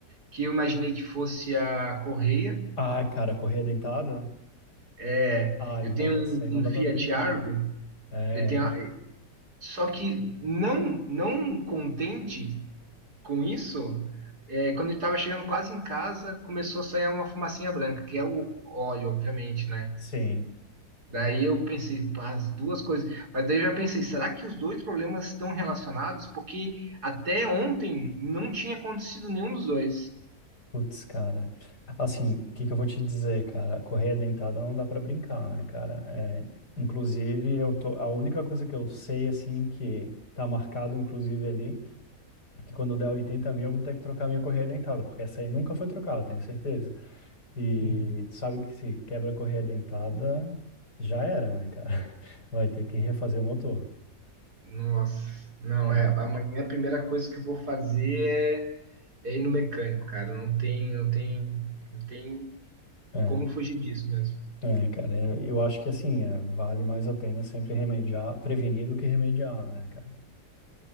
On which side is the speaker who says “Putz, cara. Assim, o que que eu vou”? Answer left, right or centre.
Left